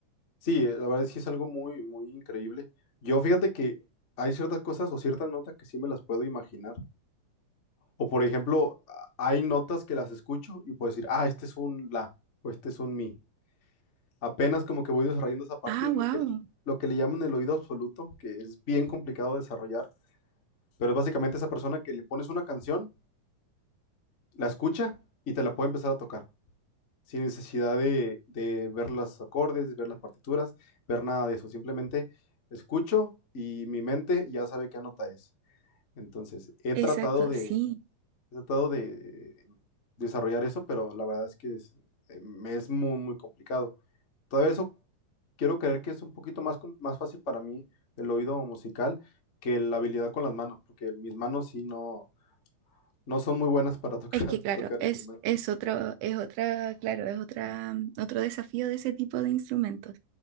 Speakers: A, on the left; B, on the right.
A: sí, la verdad sí es algo muy, muy increíble. Yo fíjate que hay ciertas cosas o ciertas notas que sí me las puedo imaginar. O por ejemplo, a- hay notas que las escucho y puedo decir, ah, este es un la o este es un mi. Apenas como que voy desarrollando esa parte,
B: Ah,
A: lo
B: wow.
A: que, lo que le llaman el oído absoluto, que es bien complicado de desarrollar, pero es básicamente esa persona que le pones una canción, la escucha y te la puede empezar a tocar, sin necesidad de, de ver los acordes, ver las partituras, ver nada de eso. Simplemente escucho y mi mente ya sabe qué nota es. Entonces, he
B: Exacto,
A: tratado de
B: sí.
A: He tratado de desarrollar eso, pero la verdad es que es, eh, me es muy, muy complicado. Todavía eso quiero creer que es un poquito más, com- más fácil para mí el oído musical que la habilidad con las manos, porque mis manos sí no, no son muy buenas para tocar,
B: Es que claro,
A: <laughs> tocar instrumentos.
B: es, es otro, es otra, claro, es otra, mm, otro desafío de ese tipo de instrumentos.